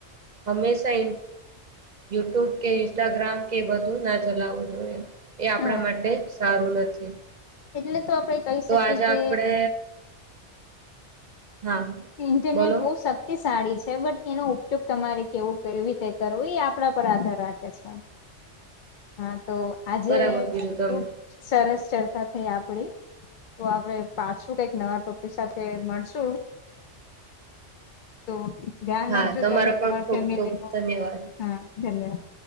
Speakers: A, on the right; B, on the left.
A: હંમેશા યુટ્યુબ કે ઇન્સ્ટાગ્રામ કે બધું ના ચલાવવું જોઈએ એ આપણા
B: હા
A: માટે સારું નથી
B: એટલે તો આપડે કહી
A: તો
B: શકીએ
A: આજે
B: કે
A: આપડે હા
B: ઇન્ટરનેટ
A: બોલો
B: વ સક સાડી છે બટ એનો ઉપયોગ તમારે કેવું કરવી તે કરવું એ આપણા પર આધાર રાખે છે. હા તો આજે
A: બરાબર કીધું તમે
B: ખુબ સરસ ચર્ચા થઈ આપડી તો આપડે પાછું કઈક નવા ટોપી સાથે મળશું તો ધ્યાન
A: હા
B: રાખજો
A: તમારો
B: તમને તમાર
A: પણ ખૂબ
B: ફેમિલી
A: ખૂબ
B: ન
A: ધન્યવાદ
B: હા ધન્યવાદ